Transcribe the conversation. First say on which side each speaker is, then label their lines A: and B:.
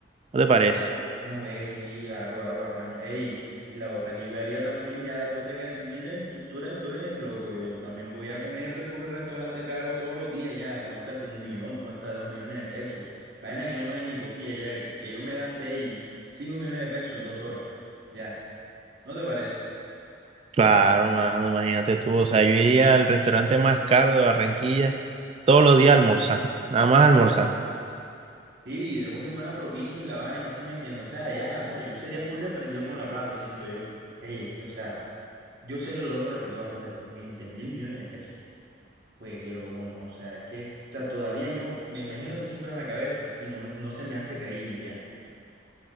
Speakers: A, on the right; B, on the right.
A: ¿No te parece?
B: No juegues, sí, claro, claro, bacano. Ey, y la otra que yo haría también, ya después de que asimiles, tú, tú eres, tú eres loco. Yo también voy a comer re- puro restaurante caro todos los días ya. Cuentas de un millón, cuentas de dos millones de pesos. Vaina que no me den ni cosquillas ya. Que que yo me gasté ahí cinco millones de pesos en dos horas. Ya, ¿no te parece?
A: Claro, mano, imagínate tú. O sea, yo iría al restaurante más caro de Barranquilla todos los días a almorzar, nada más a almorzar.
B: Sí, dejó mi buena propina y la vaina, así me entiendo. O sea, ya, o sea, yo sería full desprendido con la plata, siento yo. Ey, es que, o sea, yo sé que lo hemos repetido bastante, pero 20 mil millones de pesos. Pues que loco, ¿no? O sea, es que, o sea, todavía yo me imagino esa cifra en la cabeza y no, me- no se me hace creíble ya.